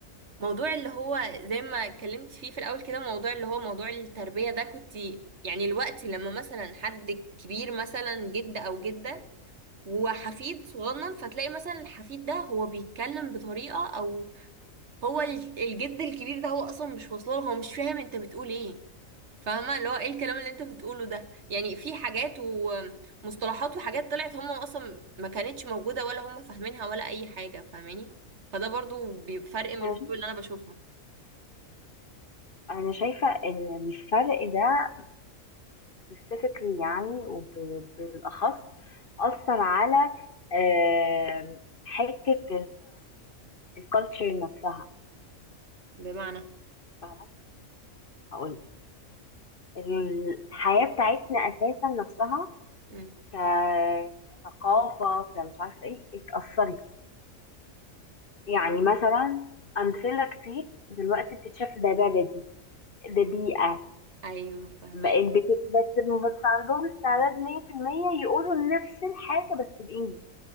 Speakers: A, on the right; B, on the left.
A: موضوع اللي هو زي ما اتكلمت فيه في الأول كده موضوع اللي هو موضوع التربية ده كنت يعني الوقت لما مثلا حد كبير مثلا جد أو جدة وحفيد صغنن فتلاقي مثلا الحفيد ده هو بيتكلم بطريقة أو هو ال- الجد الكبير ده هو اصلا مش واصله له، هو مش فاهم انت بتقول ايه فاهمه اللي هو ايه الكلام اللي انت بتقوله ده يعني في حاجات ومصطلحات وحاجات طلعت هم اصلا ما كانتش موجوده ولا هم فاهمينها ولا اي حاجه فاهماني فده برضو بيفرق من
B: انا
A: الفيديو
B: شايفة
A: اللي انا بشوفها
B: انا شايفة ان الفرق ده specifically يعني وبالأخص أثر على آم، حتة الكالتشر نفسها
A: بمعنى
B: فاهمة؟ هقول لك الحياة بتاعتنا أساسا نفسها
A: مم.
B: ك... كثقافة كمش عارفة إيه اتأثرت يعني مثلا أمثلة كتير دلوقتي بتتشاف ده بلدي ده بيئة
A: ايوه فاهمك
B: بقت بت- بس بس عندهم استعداد 100% يقولوا نفس الحاجة بس بالإنجليزي